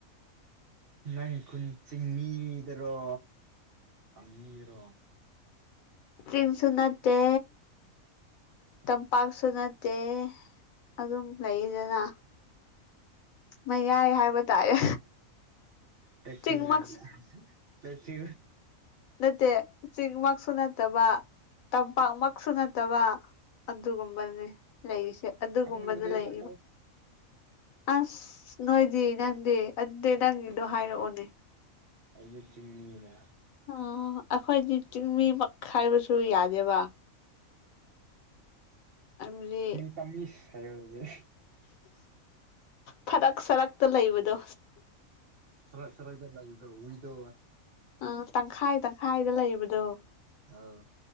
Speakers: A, on the right; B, on the left.
A: ꯅꯪ ꯈꯨꯟ ꯆꯤꯡꯃꯤꯗꯔꯣ ꯀꯃꯤꯔꯣ
B: ꯆꯝꯁꯨ ꯅꯠꯇꯦ ꯇꯝꯄꯥꯛꯁꯨ ꯅꯠꯇꯦ ꯑꯗꯨꯝ ꯂꯩꯗꯅ ꯃꯌꯥꯏ ꯍꯥꯏꯕ ꯇꯥꯔꯦ
A: ꯇ
B: ꯆꯤꯡꯃꯛꯁꯨ
A: ꯋꯥ ꯇ
B: ꯅꯠꯇꯦ ꯆꯤꯡꯃꯛꯁꯨ ꯅꯠꯇꯕ ꯇꯝꯄꯥꯛꯃꯛꯁꯨ ꯅꯠꯇꯕ ꯑꯗꯨꯒ ꯂꯩꯔꯤꯁꯦ ꯑꯗꯨꯒꯨꯝꯕꯗꯨ
A: ꯈꯪꯗ꯭ꯔꯦꯗ
B: ꯂꯩꯕ
A: ꯑꯩꯁꯨ
B: ꯑꯁ ꯅꯣꯏꯗꯤ ꯅꯪꯗꯤ ꯑꯗꯨꯗꯤ ꯅꯪꯒꯤꯗꯣ ꯍꯥꯏꯔꯛꯑꯣꯅꯦ
A: ꯑꯩꯅ ꯆꯤꯡꯃꯤꯅ
B: ꯑ ꯑꯩꯈꯣꯏꯗꯤ ꯆꯤꯡꯃꯤ ꯄꯛ ꯈꯥꯏꯕꯁꯨ ꯌꯥꯗꯦꯕ ꯍꯥꯏꯕꯗꯤ
A: ꯇꯝꯁ ꯍꯥꯏꯦ
B: ꯐꯔꯛ ꯁꯔꯛꯇ ꯂꯩꯕꯗꯣ
A: ꯐꯔ ꯐꯔꯥꯏꯕꯔ ꯂꯗ ꯍꯏꯗ
B: ꯑ ꯇꯪꯈꯥꯏ ꯇꯪꯈꯥꯏꯗ ꯂꯩꯕꯗꯣ
A: ꯑꯥ